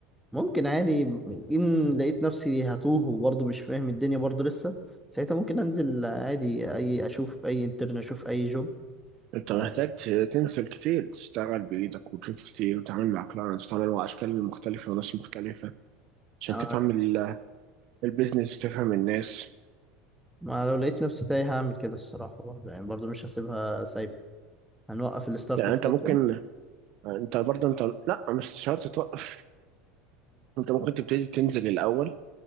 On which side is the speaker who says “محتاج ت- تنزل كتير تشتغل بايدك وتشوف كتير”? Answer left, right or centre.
Right